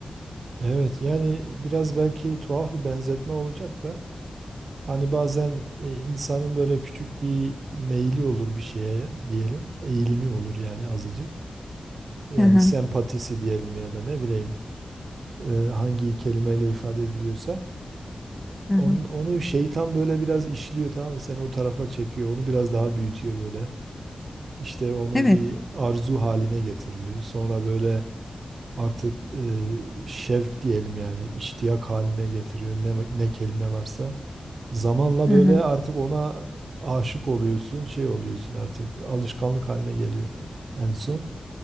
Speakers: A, on the right; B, on the left.
A: Evet yani biraz belki tuhaf bir benzetme olacak da hani bazen e, insanın böyle küçük bir meyli olur bir şeye diyelim eğilimi olur yani azıcık yani
B: Hı hı,
A: sempatisi diyelim ya da ne bileyim e, hangi kelimeyle ifade ediliyorsa.
B: hı hı.
A: Onu, onu şeytan böyle biraz işliyor tamam mı? Seni o tarafa çekiyor. Onu biraz daha büyütüyor böyle. İşte onu
B: Evet.
A: bir arzu haline getiriyor. Sonra böyle artık e, şevk diyelim yani iştiyak haline getiriyor. Ne, ne kelime varsa. Zamanla
B: Hı
A: böyle
B: hı,
A: artık ona aşık oluyorsun, şey oluyorsun artık. Alışkanlık haline geliyor en son.